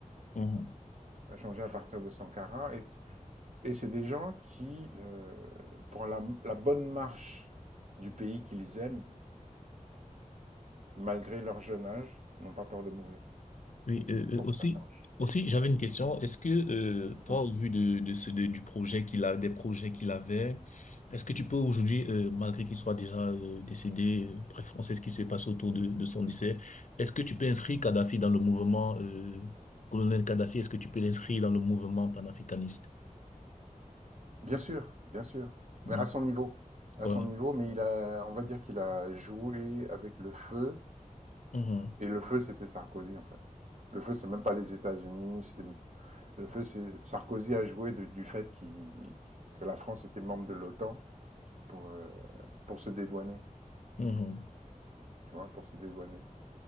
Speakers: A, on the left (about 65°); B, on the right (about 60°).
A: mhm.
B: a changé à partir de Sankara. Et, et c'est des gens qui, euh, pour la, la bonne marche du pays qu'ils aiment, malgré leur jeune âge, n'ont pas peur de mourir
A: Oui, euh, euh,
B: pour
A: aussi,
B: que ça change.
A: aussi, j'avais une question. Est-ce que euh, toi,
B: Mm.
A: au vu de, de ce de- du projet qu'il a, des projets qu'il avait, est-ce que tu peux aujourd'hui, euh, malgré qu'il soit déjà euh, décédé, euh, bref, on sait ce qui s'est passé autour de, de son décès, est-ce que tu peux inscrire Kadhafi dans le mouvement euh, colonel Kadhafi, est-ce que tu peux l'inscrire dans le mouvement panafricaniste?
B: Bien sûr, bien sûr,
A: Mhm.
B: mais à son niveau. À
A: Ouais.
B: son niveau, mais il a, on va dire qu'il a joué avec le feu
A: Mhm.
B: Et le feu, c'était Sarkozy, en fait. Le feu, c'est même pas les États-Unis. Le feu, c'est Sarkozy a joué de- du fait qu'il- que la France était membre de l'OTAN pour, euh, pour se dédouaner,
A: Mhm.
B: tu vois, pour se dédouaner.